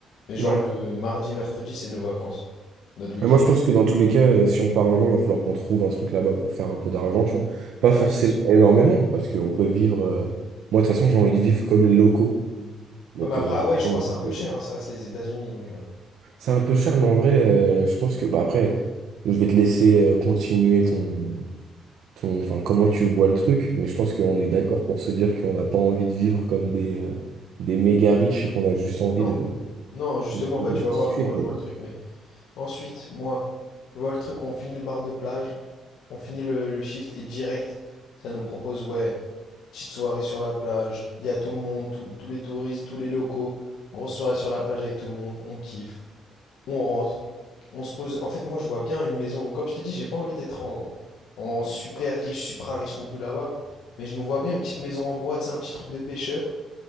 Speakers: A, on the left; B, on the right.
A: Mais genre
B: Ouais.
A: le mardi, mercredi, c'est nos vacances. Notre week-end.
B: Mais moi, je pense que dans tous les cas, euh, si on part un an, il va falloir qu'on trouve un truc là-bas pour faire un peu d'argent, tu vois. Pas
A: Bah
B: forcément
A: oui, c'est sûr.
B: énormément, parce qu'on peut vivre. euh, Moi, de toute façon, j'ai envie de vivre comme les locaux. Donc,
A: Ouais, mais après,
B: euh,
A: Hawaï,
B: j'ai
A: je
B: pas
A: crois,
B: envie
A: c'est un peu
B: de-
A: cher, hein, ça reste les États-Unis, donc. euh,
B: c'est un peu cher, mais en vrai, euh, je pense que. Bah, après, je vais te laisser euh, continuer ton. ton, enfin, comment tu vois le truc, mais je pense qu'on
A: Ouais.
B: est d'accord pour se dire qu'on n'a pas envie de vivre comme des, euh, des méga riches et qu'on a juste envie
A: Non.
B: de,
A: Non, justement,
B: de, de
A: bah tu vas
B: kiffer,
A: voir comment
B: quoi.
A: je vois le truc, mais ensuite, moi, je vois le truc, on finit le bar de plage, on finit le, le shift et direct, ça nous propose, ouais, Petite soirée sur la plage, il y a tout le monde, tout- tous les touristes, tous les locaux. Grosse soirée sur la plage avec tout le monde, on kiffe, on rentre, on se pose. En fait, moi, je vois bien une maison. Comme je t'ai dit, j'ai pas envie d'être en, en super riche, supra riche non plus là-bas. Mais je nous vois bien une petite maison en bois, tu sais, un petit truc de pêcheur.